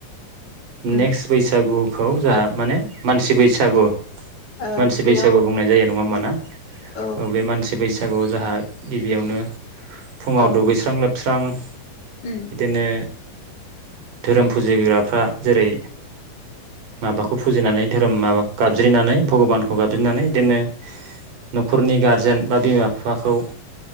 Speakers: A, on the left; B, on the right.
A: उम
B: नेक्स बैसागु खौ जोहा माने मानसि बैसागु
A: ओं
B: मानसि बैसागु
A: बेयाव
B: बुंनाय जायो नङा होनबा ना
A: औ
B: ओ बे मानसि बैसा बैसागुआव जाहा गिबियावनो फुङाव
A: औ
B: दुगै खां लोबस्रां
A: उम
B: बिदिनो धोरोम फुजिग्राफ्रा जेरै माबाखौ फुजिनानै धोरोम माबाखौ गाबज्रिनानै भगबानखौ गाबज्रिनानै बिदिनो नखरनि गारजेन बा बिमा बिफाखौ